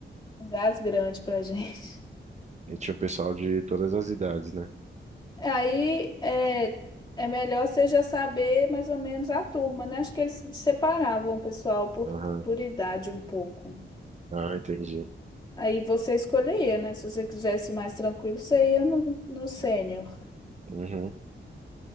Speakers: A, on the left; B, on the right.
A: um gás grande pra <laughs> gente.
B: E tinha o pessoal de todas as idades, né?
A: Aí é, é melhor você já saber mais ou menos a turma, né? Acho que eles separavam o pessoal por,
B: Aham.
A: por idade um pouco.
B: Ah, entendi.
A: Aí você escolheria, né? Se você quisesse mais tranquilo, você ia no, no sênior.
B: Uhum.